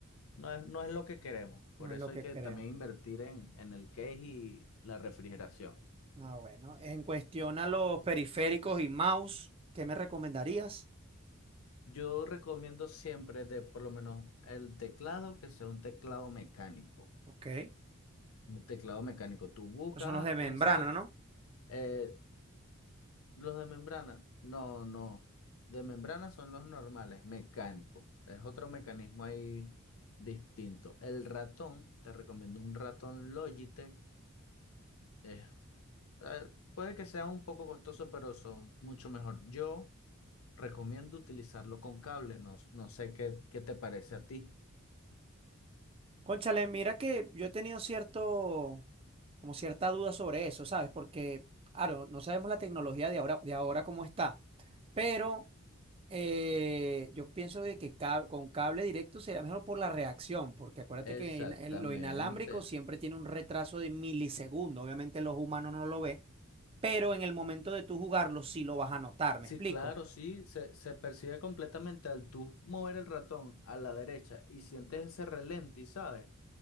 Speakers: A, on the left; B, on the right.
A: no es, no es lo que queremos. Por
B: No es
A: eso
B: lo que
A: hay que
B: queremos.
A: también invertir en, en el case y la refrigeración.
B: Ah, bueno. En cuestión a los periféricos y mouse, ¿qué me recomendarías?
A: Yo recomiendo siempre de por lo menos el teclado, que sea un teclado mecánico.
B: Ok.
A: Un teclado mecánico. Tú buscas,
B: Esos son los de
A: "Ah,
B: membrana,
A: necesito
B: ¿no?
A: eh, los de membrana. No, no. De membrana son los normales, mecánicos. Es otro mecanismo ahí distinto. El ratón, te recomiendo un ratón Logitech. Es eh, puede que sea un poco costoso, pero son mucho mejor. Yo recomiendo utilizarlo con cable. No, no sé qué, qué te parece a ti.
B: Cónchale, mira que yo he tenido cierto, como cierta duda sobre eso, ¿sabes? Porque, claro, no sabemos la tecnología de ahora, de ahora cómo está, pero eh, yo pienso de que cab- con cable directo sería mejor por la reacción, porque acuérdate
A: Exactamente.
B: que in- el- lo inalámbrico siempre tiene un retraso de milisegundos, obviamente los humanos no lo ven, pero en el momento de tú jugarlo sí lo vas a notar,
A: Sí,
B: ¿me explico?
A: claro, sí, se, se percibe completamente al tú mover el ratón a la derecha y sientes ese relenti, ¿sabes?